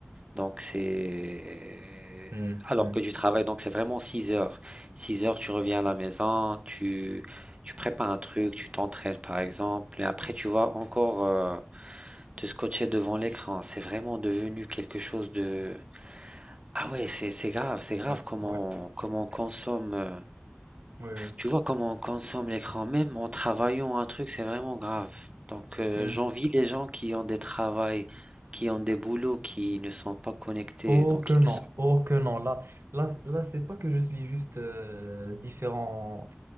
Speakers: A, on the right (about 25°); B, on the right (about 80°).
A: donc c'est.
B: Hmm,
A: Alors
B: hmm,
A: que tu travailles, donc c'est vraiment 6 heures. 6 heures, tu reviens à la maison, tu, tu prépares un truc, tu t'entraînes, par exemple, et après, tu vas encore euh, te scotcher devant l'écran. C'est vraiment devenu quelque chose de. Ah ouais, c'est c'est grave, c'est grave
B: ouais,
A: comment,
B: ouais,
A: comment on consomme. euh,
B: ouais, ouais.
A: tu vois comment on consomme l'écran, même en travaillant un truc, c'est vraiment grave. Donc, euh,
B: Hmm.
A: j'envie les gens qui ont des travails, qui ont des boulots, qui ne sont pas connectés.
B: Oh
A: Donc,
B: que
A: ils ne
B: non, oh que non. Là, là, là, c'est pas que je suis juste euh, différent